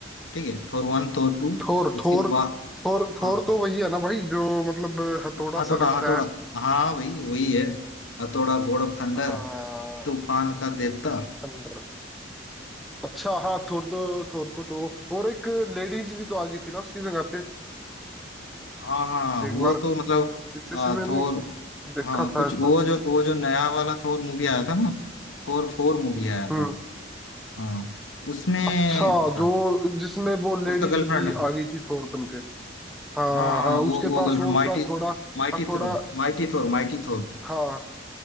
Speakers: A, on the left (about 75°); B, in the centre.
A: ठीक है थोर वन थोर टू
B: थोर
A: उसके
B: थोर
A: बाद
B: थोर
A: हाँ,
B: थोर तो वही है ना भाई जो मतलब हथौड़ा
A: हथौड़ा
B: सा रखता
A: हथौड़ा
B: है
A: हाँ भाई वही है हथौड़ा गॉड ऑफ थंडर
B: हाँ
A: तूफान का देवता
B: थंडर अच्छा हाँ थोर तो थोर को तो और एक लेडीज भी तो आ गई थी ना उसकी जगह पे
A: हाँ हाँ
B: एक
A: वो
B: बार
A: तो मतलब
B: इससे
A: आ,
B: से मैंने
A: थोर
B: देखा
A: हाँ
B: था
A: कुछ
B: ऐसा
A: वो जो वो जो नया वाला थोर मूवी आया था ना थोर फोर मूवी आया
B: हम्म
A: था हाँ उसमें
B: अच्छा
A: था
B: जो जिसमें वो लेडीज
A: उसका गर्लफ्रेंड
B: भी आ गई थी थोर बन के हाँ
A: हाँ हाँ
B: हाँ
A: वो
B: उसके
A: वो
B: पास
A: girlfriend
B: वो
A: mighty
B: उसका हथौड़ा
A: mighty
B: हथौड़ा
A: Thor mighty Thor mighty Thor
B: हाँ